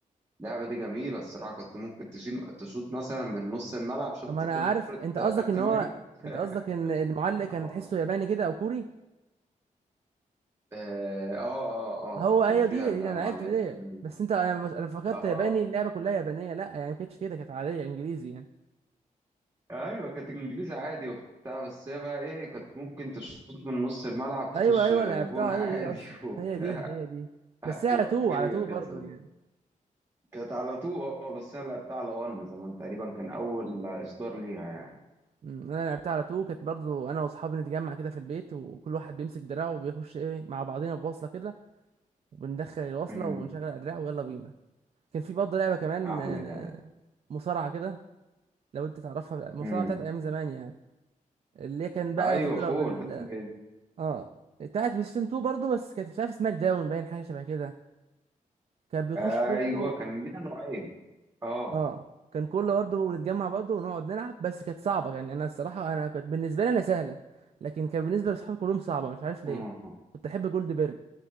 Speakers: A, on the right (about 20°); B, on the right (about 50°).
A: اللعبه دي جميله الصراحه كنت ممكن تشيل تشوط مثلا من نص الملعب شفت
B: اما انا
A: كره
B: عارف انت
A: كابتن
B: قصدك ان هو
A: ماجد <laughs>
B: انت قصدك ان المعلق كان
A: آه.
B: تحسه ياباني كده او كوري
A: اه اه اه آه،
B: هو ايوه
A: كان فيها
B: دي
A: المعلقين
B: دي انا عرفت دي بس انت انا مش... انا فكرت
A: اه
B: ياباني اللعبه كلها يابانيه لا يعني ما كانتش كده كانت عاديه انجليزي يعني
A: ايوه كانت انجليزي عادي وبتاع بس هي بقى ايه كانت ممكن تشوط من نص الملعب تخش
B: ايوه ايوه لعبتها
A: جون عادي
B: هي دي اصلا
A: <laughs> وبتاع
B: هي دي هي دي
A: ايوه
B: بس هي على تو
A: هي
B: على تو
A: دي
B: برضه
A: يا صديقي
B: يعني
A: كانت على تو اه بس هي لعبتها على ون زمان تقريبا كان اول اصدار ليها يعني
B: أمم، انا لعبتها على تو كانت برضه انا واصحابي نتجمع كده في البيت وكل واحد بيمسك دراعه وبيخش ايه مع بعضينا بوصله كده وبندخل الوصله
A: امم
B: ونشغل الادراع ويلا بينا كان في برضه لعبه كمان
A: احلى
B: آه،
A: كلام
B: مصارعه كده لو انت تعرفها المصارعه
A: امم
B: بتاعت ايام زمان يعني اللي كان بقى
A: ايوه
B: تضرب
A: فور
B: ال
A: ده ال-
B: اه بتاعت بلاي ستيشن 2 برضه بس كانت مش عارف سماك داون باين حاجه شبه كده كان بيخش
A: ايوه
B: كله
A: كان ليها نوعين اه
B: اه كان كله برضه بنتجمع برضه ونقعد نلعب بس كانت صعبه يعني انا الصراحه انا كنت بالنسبه لي انا سهله لكن كان بالنسبه لاصحابي كلهم صعبه مش عارف ليه
A: امم
B: كنت احب جولد بيرج